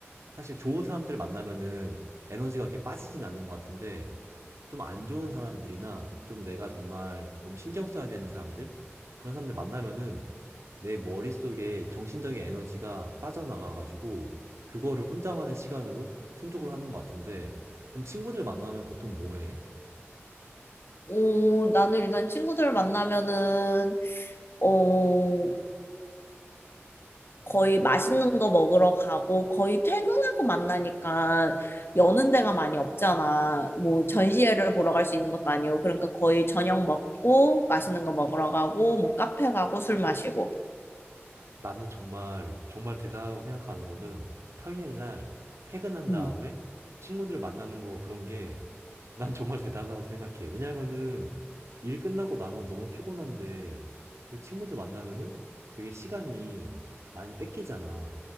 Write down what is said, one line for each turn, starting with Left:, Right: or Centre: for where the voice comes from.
Right: 사실 좋은 사람들을 만나면은 에너지가 그렇게 빠지진 않는 것 같은데 좀 안 좋은 사람들이나 좀 내가 정말 너무 신경 써야 되는 사람들 그런 사람들 만나면은 내 머릿속에 정신적인 에너지가 빠져나가가지고 그거를 혼자만의 시간으로 충족을 하는 것 같은데 그럼 친구들 만나면 보통 뭐 해?
Left: 오, 나는 일단 친구들 만나면은, 어, 거의 맛있는 거 먹으러 가고 거의 퇴근하고 만나니까 여는 데가 많이 없잖아. 뭐 전시회를 보러 갈 수 있는 것도 아니고 그러니까 거의 저녁 먹고 맛있는 거 먹으러 가고 뭐 카페 가고 술 마시고.
Right: 나는 정말 정말 대단하다고 생각하는 거는 평일날 퇴근한
Left: 음.
Right: 다음에 친구들 만나는 거 그런 게 난 정말 대단하다고 생각해. 왜냐면은 일 끝나고 나면 너무 피곤한데 우리 친구들 만나면은 되게 시간이 많이 뺏기잖아.